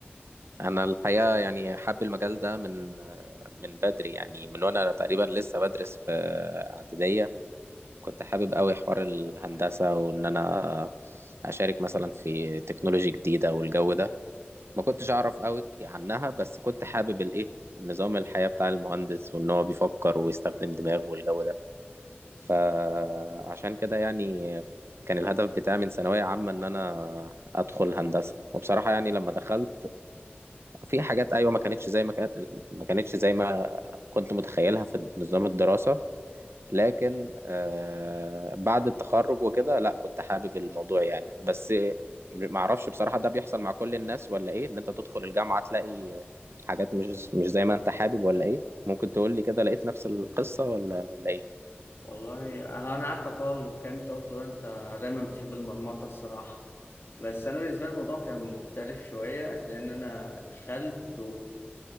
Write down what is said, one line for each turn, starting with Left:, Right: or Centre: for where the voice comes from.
Right: انا الحقيقه يعني حابب المجال ده من آه، من بدري يعني من وانا تقريبا لسه بدرس في اعداديه كنت حابب قوي حوار الهندسه وان انا اشارك مثلا في تكنولوجي جديده والجو ده ما كنتش اعرف قوي عنها بس كنت حابب الايه نظام الحياه بتاع المهندس وان هو بيفكر ويستخدم دماغه والجو ده فعشان كده يعني كان الهدف بتاعي من ثانوية عامة إن أنا أدخل هندسة وبصراحة يعني لما دخلت في حاجات أيوة ما كانتش زي ما كانت ما كانتش زي ما كنت متخيلها في نظام الدراسة لكن آه بعد التخرج وكده لا كنت حابب الموضوع يعني بس معرفش بصراحة ده بيحصل مع كل الناس ولا إيه إن أنت تدخل الجامعة تلاقي حاجات مش مش زي ما أنت حابب ولا إيه ممكن تقول لي كده لقيت نفس القصة ولا ولا إيه
Left: والله أه، انا عارفك اه الكلام اللي انت قلته ده انت دايما بتحب المرمطه الصراحه بس انا بالنسبه لي الموضوع كان مختلف شويه لان انا دخلت